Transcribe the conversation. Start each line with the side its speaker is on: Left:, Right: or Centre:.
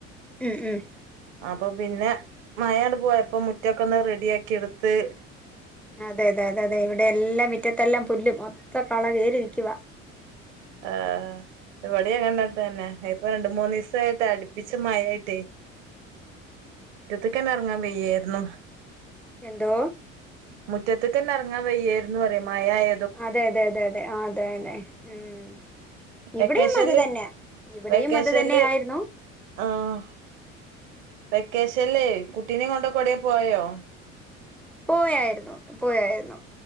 Centre: ഉം ഉം
Right: അപ്പൊ പിന്നെ മഴ ണ്ട് പോയപ്പോ മുറ്റം ഒക്കെ ഒന്ന് റെഡിയാക്കി എടുത്ത്
Centre: അതെ അതെ അതെ അതെ ഇവിടെ എല്ലാം മിറ്റത്തെല്ലാം പുല്ലും മൊത്തം കള കയറി നിൽക്കുവ
Right: ആഹ് ഇവിടെ അങ്ങനെ തന്നെ ഇപ്പൊ രണ്ടു മൂന്ന് ദിവസായിട്ട് അടുപ്പിച്ച് മഴ ആയിട്ടേ മുറ്റത്ത്ക്കന്നെ ഇറങ്ങാൻ വയ്യായിരുന്നു
Centre: എന്തോ
Right: മുറ്റത്തക്കന്നെ ഇറങ്ങാൻ വയ്യായിരുന്നു പറയ് മഴായ
Centre: അതെ അതെ അതെ അതെ ആ അതന്നെ ഉം
Right: വെക്കേഷൻല്
Centre: ഇവിടെയും അത് തന്നെ ഇവിടെയും
Right: വെക്കേഷൻല്
Centre: അത് തന്നെ ആയിരുന്നു
Right: ആഹ് വെക്കേഷൻല്ലേ കുട്ടിനേം കൊണ്ടൊക്കെ എവിടേം പോയോ
Centre: പോയാരുന്നു പോയാരുന്നു